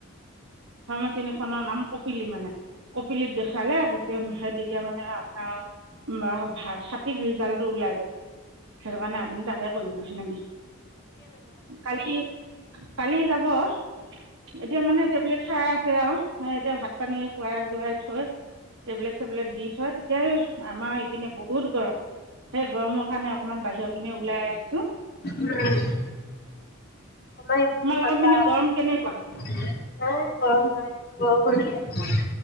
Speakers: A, on the right; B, on the left.
A: ফাৰ্মাচীখনৰ নাম কপিলি মানে, কপিলিত দেখালে, সেই তেতিয়া মানে আপোনাৰ ভালকে ৰিজাল্টটো ওলাই যায়। সেইটো কাৰণে আপুনি তাকে কৰিব সেনেকে। কালি কালি যাব খবৰ <unintelligible> এতিয়া মানে টেবলেট- খাই আছে আও, এতিয়া ভাত পানী খুৱাই বোৱাই থৈ টেবলেট চেবলেট দি থৈ, দাই <unintelligible> আমাৰ ইপিনে বহুত গৰম। সেই গৰমত, সেই কাৰনে অকনমান বাহিৰ পিনে ওলাই আহিছো।
B: উম <unintelligible> আমাৰ এই পিনে
A: তোমালোকৰ
B: ঠাণ্ডা,
A: গৰম কেনেকুৱা
B: নাই গৰম নাই গৰম পৰিছে।